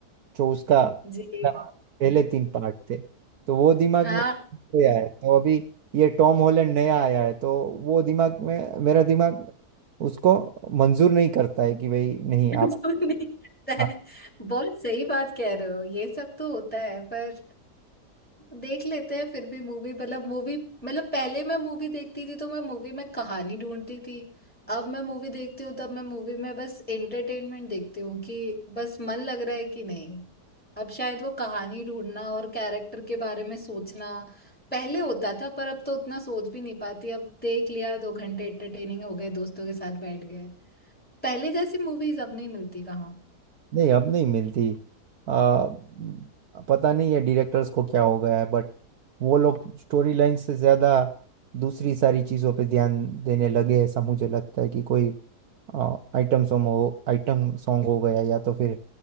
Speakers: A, on the right (about 65°); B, in the centre.
A: जो उसका
B: <laughs> जी
A: पहले तीन पार्ट थे तो वो दिमाग
B: हाँ
A: में गया है तो अभी ये टॉम हॉलैंड नया आया है तो वो दिमाग में मेरा दिमाग उसको मंजूर नहीं करता है कि भाई नहीं
B: जो
A: आप
B: नहीं होता
A: हाँ
B: है। बहुत सही बात कह रहे हो ये सब तो होता है पर देख लेते हैं फिर भी मूवी मतलब मूवी मतलब पहले मैं मूवी देखती थी तो मैं मूवी में कहानी ढूंढती थी अब मैं मूवी देखती हूँ तब मैं मूवी में बस एंटरटेनमेंट देखती हूँ कि बस मन लग रहा है कि नहीं अब शायद वो कहानी ढूंढना और कैरेक्टर के बारे में सोचना पहले होता था पर अब तो उतना सोच भी नहीं पाती अब देख लिया दो घंटे एंटरटेनिंग हो गए दोस्तों के साथ बैठ गए पहले जैसी मूवीज अब नहीं मिलती कहाँ
A: नहीं अब नहीं मिलती आ, पता नहीं है डायरेक्टर्स को क्या हो गया है बट वो लोग स्टोरी लाइन से ज़्यादा दूसरी सारी चीज़ों पे ध्यान देने लगे ऐसा मुझे लगता है कि कोई आइटम सॉन्ग हो आइटम सॉन्ग हो गया या तो फिर